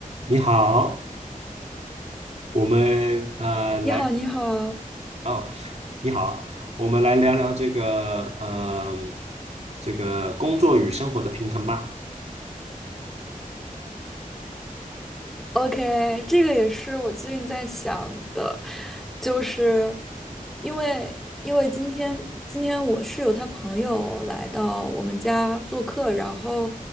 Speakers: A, on the right (about 50°); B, in the centre.
A: 你好，我们呃来
B: 你好，你好
A: 哦，<laughs> 你好，我们来聊聊这个呃这个工作与生活的平衡吧。
B: ，OK，这个也是我最近在想的，就是因为因为今天今天我室友他朋友来到我们家做客，然后